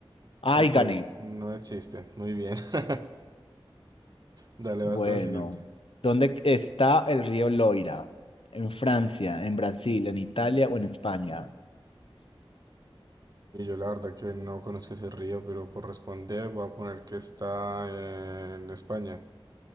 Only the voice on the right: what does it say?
Ok,
no existen. Muy bien. <laughs> Dale,
basta la siguiente.
Y yo la verdad que no conozco ese río, pero por responder voy a poner que está en España.